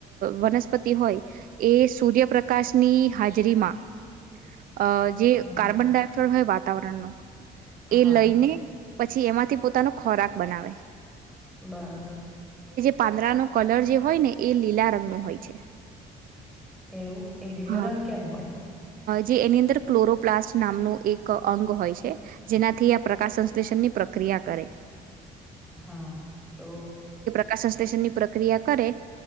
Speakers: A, on the right; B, in the centre.
A: વનસ્પતિ હોય એ સૂર્યપ્રકાશની ની હાજરીમાં અ જે
B: હા
A: કાર્બન ડાયોક્સાાઈડ હોય વાતાવરણનો એ
B: હા,
A: લઈને પછી એમાંથી પોતાનો ખોરાક બનાવે
B: બરાબર.
A: પાંદરાનો કલર જે હોય ને એ લીલા રંગ ન હોય છે.
B: એવું, એ લીલો
A: હા
B: રંગ કેમ હોય?
A: જે એની અંદર ક્લોરોપ્લાસ્ટ નામનું એક અંગ હોય છે. જેનાથી આ પ્રકાશ સંશ્લેષણ ની પ્રક્રિયા કરે.
B: હા, તો
A: પ્રકાશ સંશ્લેષણ ની પ્રક્રિયા કરે